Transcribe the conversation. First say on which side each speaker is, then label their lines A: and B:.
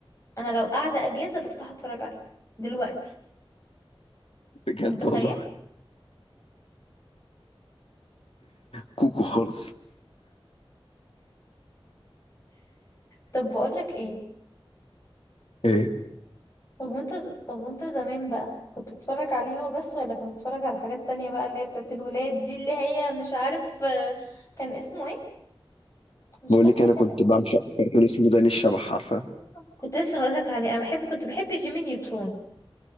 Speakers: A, on the left; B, on the left.
A: انا لو قاعده اجازه بفتح اتفرج عليه دلوقتي
B: بجد
A: انت متخيل
B: والله كوكو خالص
A: طب بقول لك ايه
B: إيه،
A: طب وانت ز... طب وانت زمان بقى كنت بتتفرج عليه هو بس ولا كنت بتتفرج على حاجات تانية بقى اللي هي بتاعت الولاد دي اللي هي مش عارف آه، كان اسمه ايه مش
B: بقول
A: فاكرة
B: لك انا
A: كان
B: كنت
A: اسمه
B: بعشق
A: ايه
B: كرتون اسمه داني الشبح عارفه
A: كنت لسه هقولك عليه انا بحب كنت بحب جيمي نيوترون